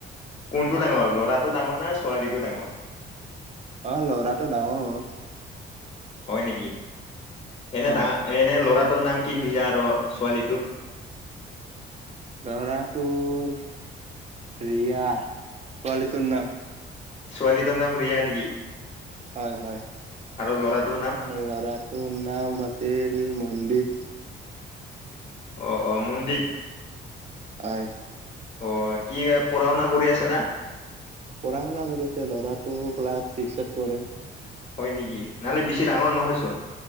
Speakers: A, on the left; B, on the right.
A: কোনটো ডাঙৰ ল'ৰাটো ডাঙৰ না ছোৱালীটো ডাঙৰ?
B: অ লৰাটো ডাঙৰ হ'ল।
A: হয় নেকি এনে
B: অ
A: ডাঙ এনে ল'ৰা তোৰ নাম কি থৈছা আৰু ছোৱালীটোৰ?
B: লৰাটোৰ ৰিয়া ছোৱালীটোৰ নাম।
A: ছোৱালীটোৰ নাম ৰিয়া নেকি?
B: হয় হয়
A: আৰু ল'ৰাটোৰ নাম?
B: আৰু ল'ৰাটোৰ নাম আছিল মনদীপ।
A: অ অ মনদ্বীপ।
B: হয়।
A: অ কি পঢ়া শুনা কৰি আছে না?
B: পঢ়া শুনা কৰিছে ল'ৰাটোটো ক্লাছ ছিক্সত পঢ়
A: হয় নেকি নহলে বেছি ডাঙৰ নহয় চোন